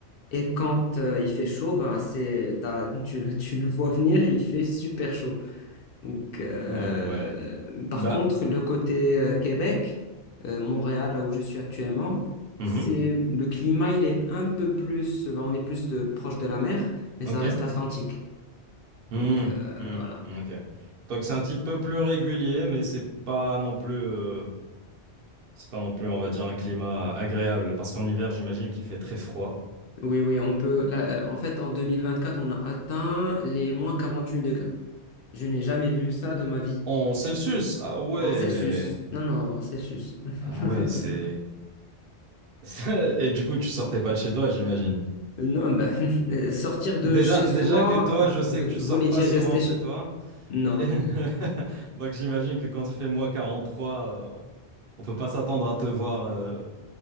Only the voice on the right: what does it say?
Ah ouais.
Bah,
mhm.
Ok.
Mhm.
Mhm.
Ok. Donc c'est un petit peu plus régulier, mais c'est pas non plus, euh, c'est pas non plus, on va dire, un climat agréable. Parce qu'en hiver, j'imagine qu'il fait très froid.
En Celsius, ah ouais.
Ah ouais,
c'est. <laughs> Et du coup, tu sortais pas de chez toi, j'imagine.
Déjà,
déjà que toi,
je sais
que tu sors
pas
souvent
de
chez toi.
<laughs> Donc j'imagine que quand il fait moins 43. On peut pas s'attendre à te voir euh,